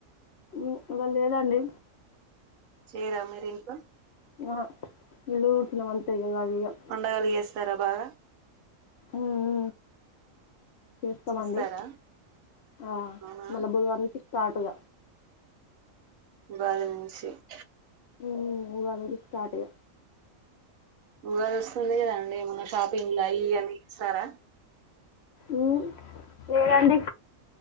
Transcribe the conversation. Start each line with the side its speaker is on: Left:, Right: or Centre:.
Left: ఉ ఇవాళ లేదండి
Right: చేయరా మీరు ఇంట్లో
Left: ఆహ ఇల్లు ఊడ్చిన అంతే ఇక అది ఇక
Right: పండగలు చేస్తారా బాగా
Left: ఉ ఉ చేస్తామండి
Right: చేస్తారా
Left: ఆ
Right: అవునా
Left: మళ్ళ బుధవారం కి స్టార్ట్ ఇగ
Right: బ్యాలెన్సింగ్.
Left: ఉమ్ ఉగాది నుంచి స్టార్ట్ ఇగ
Right: ఉగాది వస్తుంది కదాండి ఏమన్నా షాపింగ్ లా అయి ఇయి చేసరా.
Left: ఉ లేదండి.